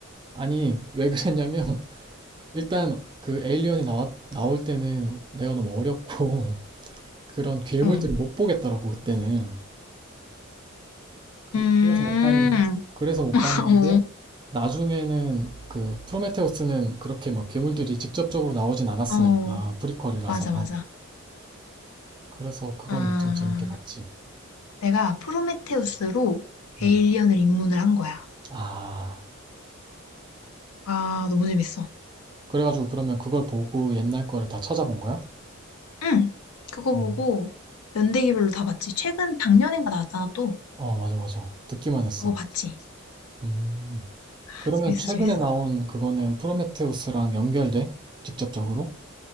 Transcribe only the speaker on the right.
아니 왜 그랬냐면 <laughs> 일단 그 에일리언이 나왔 나올 때는 내가 너무 어렸고 <laughs> 그런 괴물들을
못 보겠더라고 그때는. 그,
그래서 못 봤는, 그래서 못
봤는데, 나중에는 그 프로메테우스는 그렇게 막 괴물들이 직접적으로 나오진 않았으니까,
프리퀄이라서.
그래서 그건
엄청 재밌게 봤지.
음.
아,
그래가지고 그러면 그걸 보고 옛날 거를 다 찾아본 거야?
어,
어, 맞아, 맞아. 듣기만 했어.
음.
그러면
최근에
나온 그거는 프로메테우스랑 연결돼? 직접적으로?